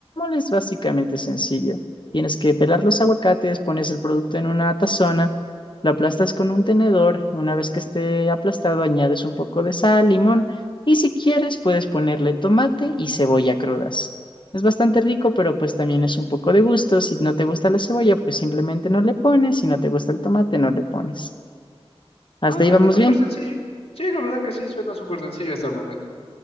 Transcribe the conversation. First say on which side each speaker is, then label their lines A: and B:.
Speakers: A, on the left (about 50°); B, on the left (about 70°).
A: es básicamente sencillo. Tienes que pelar los aguacates, pones el producto en una tazona, lo aplastas con un tenedor y una vez que esté aplastado añades un poco de sal, limón y si quieres puedes ponerle tomate y cebolla crudas. Es bastante rico, pero pues también es un poco de gusto. Si no te gusta la cebolla, pues simplemente no le pones. Si no te gusta el tomate, no le pones. Hasta
B: No, suena
A: ahí vamos
B: súper
A: bien.
B: sencillo. Sí, la verdad que sí, suena súper sencillo hasta el momento.